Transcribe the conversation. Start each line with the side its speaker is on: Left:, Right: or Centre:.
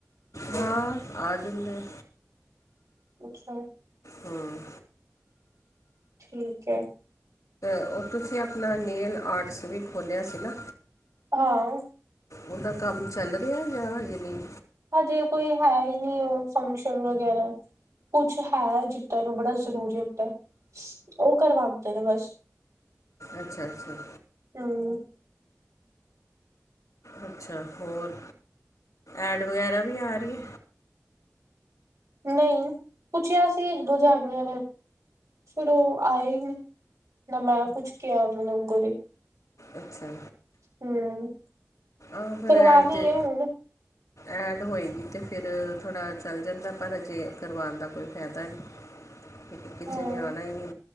Left: ਹਾਂ। ਆ ਜਾਂਦੇ ਐ।
Right: ਅੱਛਾ।
Left: ਹਮ
Right: ਠੀਕ ਐ।
Left: ਓ ਤੁਸੀਂ ਆਪਨਾ ਨੇਲ ਆਰਟਸ ਵੀ ਖੋਲੇਆ ਸੀ ਨਾ।
Right: ਹਾਂ।
Left: ਓਦਾ ਕੰਮ ਚੱਲ ਰਿਆ ਯਾ ਹਜੇ ਨਈਂ।
Right: ਹਜੇ ਕੋਈ ਹੈ ਈ ਨੀ ਓ ਫੰਕਸ਼ਨ ਵਗੈਰਾ। ਕੁਛ ਹੈ ਜਿੱਦਾਂ ਨੂੰ ਬੜਾ ਜ਼ਰੂਰੀ ਹੁੰਦੇ। ਓ ਕਰਵਾਦੇ ਨੇ ਬਸ
Left: ਅੱਛਾ-ਅੱਛਾ।
Right: ਹੂੰ।
Left: ਅੱਛਾ ਹੋਰ ਐਡ ਵਗੈਰਾ ਵੀ ਆ ਰੀ ਐ।
Right: ਨਈਂ ਪੁੱਛੇਆ ਸੀ ਇੱਕ ਦੋ ਜਾਨੀਆਂ ਨੇ। ਫਿਰ ਓ ਆਏ ਈ ਨੀ ਨਾ ਮੈਂ ਕੁੱਛ ਕਿਆ ਓਨਾਂ ਲੋਕੋ ਦੇ
Left: ਅੱਛਾ।
Right: ਹੂੰ
Left: ਆ ਫਿਰ
Right: ਕਰਵਾਨੀ
Left: ਐਡ ਜੇ
Right: ਐ ਹੁਨ।
Left: ਐਡ ਹੋਏਗੀ ਤੇ ਫਿਰ ਥੋੜਾ ਚੱਲ ਜਾਂਦਾ ਪਰ ਅਜੇ ਕਰਵਾਨ ਦਾ ਕੋਈ ਫੈਦਾ ਨੀ। <inaudible> ਕਿਸੇ
Right: ਹਾਂ
Left: ਨੇ ਆਨਾ ਈ ਨੀ